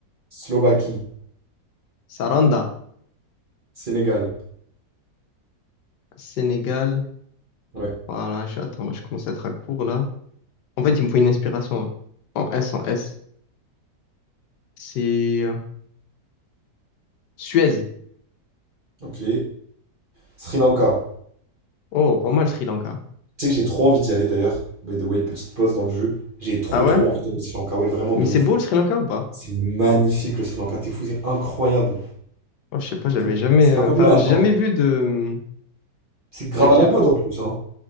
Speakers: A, on the right; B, on the left.
A: Slovaquie.
B: Saranda,
A: Sénégal.
B: Sénégal.
A: Ouais.
B: Voilà, je- attends, là, je commence à être à court là. En fait, il me faut une inspiration là. En S, en S. C'est euh, Suez.
A: Ok. Sri Lanka.
B: Oh, pas mal Sri Lanka.
A: Tu sais que j'ai trop envie d'y aller d'ailleurs. By the way, petite pause dans le jeu. J'ai trop
B: Ah ouais?
A: trop envie d'aller au Sri Lanka. Ouais, vraiment
B: Mais
A: de
B: c'est
A: ouf.
B: beau le Sri Lanka ou pas?
A: C'est magnifique le Sri Lanka. T'es fou, c'est incroyable.
B: Oh, je sais pas, j'avais
A: C'est
B: jamais,
A: c'est
B: euh,
A: pas comme
B: enfin,
A: l'Inde,
B: j'ai
A: hein.
B: jamais vu de,
A: C'est grave
B: comment dire.
A: à la mode en plus, hein.